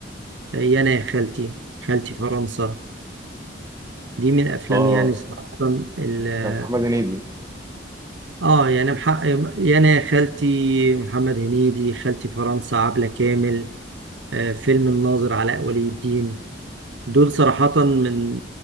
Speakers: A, on the right; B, on the right.
A: يا انا يا خالتي خالتي فرنسا دي من افلامي
B: اه
A: يعني صراحة ال-
B: بتاعت محمد هنيدي
A: اه يعني محقق يا انا يا خالتي محمد هنيدي خالتي فرنسا عبلة كامل آه، فيلم الناظر علاء ولي الدين دول صراحة من